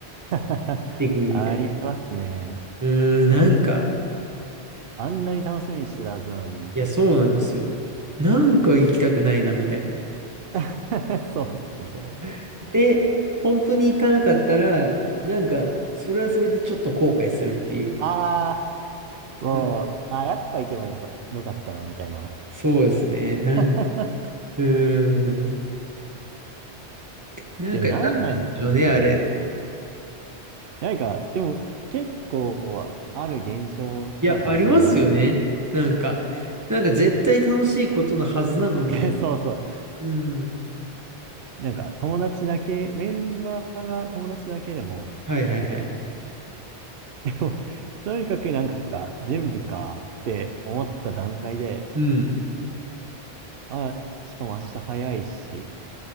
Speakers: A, on the right; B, on the right.
A: <laughs>
B: 出てくるみたい。
A: ありますね。
B: うーん、なんか、
A: あんなに楽しみにしてたはずなのに。
B: いや、そうなんですよ。なんか行きたくないな、みたいな。
A: <laughs> そうですね。
B: そうで、本当に行かなかったら、なんか、それはそれでちょっと後悔するっていう。
A: ああ、もう、
B: うん
A: あー、やっぱ行けばよか、よかったな、みたいな。
B: そうですね。なんか、
A: <laughs>
B: うーん。なんか、
A: でも何なんですかね、
B: なんでしょうね、あれ。
A: それって。なんか、でも結構ある現象なのかもしれないんで、
B: いや、ありますよね。なんか、なんか絶対楽しいことのはずなのに、
A: <laughs> そうそう。
B: うん。
A: なんか友達だけ、メンバーが友達だけでも、
B: はいはいはい。
A: でもとにかくなんか準備かって思った段階で、
B: うん。
A: あ、しかも明日早いし、